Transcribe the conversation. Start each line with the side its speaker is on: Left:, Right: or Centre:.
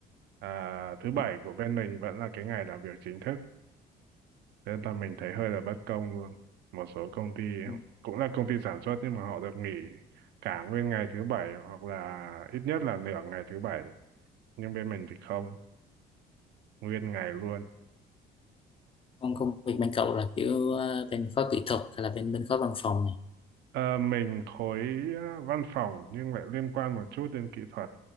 Right: À, thứ
Left: ừ,
Right: bảy của bên mình vẫn là cái ngày làm việc chính thức. Thế là mình thấy hơi là bất công luôn. Một số công ty
Left: ừ.
Right: cũng là công ty sản xuất nhưng mà họ được nghỉ cả nguyên ngày thứ bảy hoặc là ít nhất là nửa ngày thứ bảy. Nhưng bên mình thì không, nguyên ngày luôn.
Left: Còn công việc bên cậu là kiểu ờ, bên khối kỹ thuật hay là bên bên khối văn phòng này
Right: Ờ, mình khối ờ, văn phòng nhưng lại liên quan một chút đến kỹ thuật